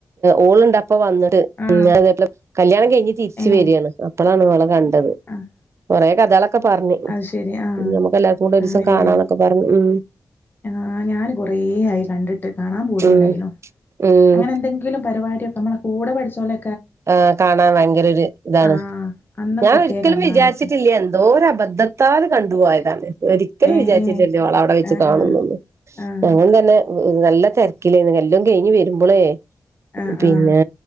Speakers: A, on the right; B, on the left.
A: ഓളുണ്ട് അപ്പോ വന്നത്
B: ആഹ്
A: <unintelligible> കല്യാണം കഴിഞ്ഞ് തിരിച്ചു
B: ഏഹ്
A: വരാണ് അപ്പോഴാണ് ഓളെ കണ്ടത്.
B: ആഹ്
A: കൊറേ കഥേളൊ ക്കെ പറഞ്ഞു
B: അത് ശരി ആഹ്
A: നമുക്ക് എല്ലാർക്കും കൂടെ ഒരൂസം
B: ആണല്ലേ
A: കാണാന്നൊക്കെ പറഞ്ഞു ഉം
B: ആഹ് ഞാൻ കൊറേ ആയി കണ്ടിട്ട് കാണാ പൂതിണ്ടായിനടു
A: ഉം ഉം
B: അങ്ങനെ എന്തെങ്കിലും പരിപാടി നമ്മെ കൂടെ പഠിച്ചോലെ
A: ആഹ് കാണാൻ ഭയങ്കര ഒരു ഇതാണ്
B: ആഹ് അന്നപ്പൊക്കെ
A: ഞാൻ ഒരിക്കലും
B: കാണാൻ
A: വിചാരിച്ചിട്ടില്ല
B: പറ്റും
A: എന്തോ അബദ്ധത്താൽ, കണ്ടുപോയതാണ് ഒരിക്കലും
B: ഏഹ്
A: വിചാരിച്ചിട്ടില്ല
B: ഏഹ്
A: ഓളെ അവിടെ വെച്ച്
B: ആഹ്
A: കാണുന്നൊന്നും
B: ആഹ് ആഹ്
A: അങ്ങനെതന്നെ നല്ല തെരക്കിലേനി എല്ലും കെഴിഞ്ഞു വരുമ്പള്
B: ആഹ്
A: പിന്നെ
B: ആഹ്